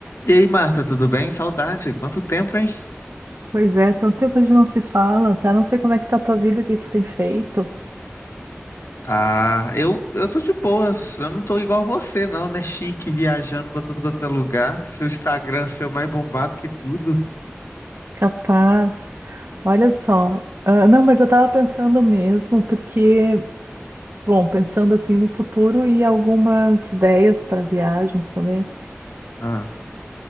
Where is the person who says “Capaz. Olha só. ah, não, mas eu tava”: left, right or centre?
Right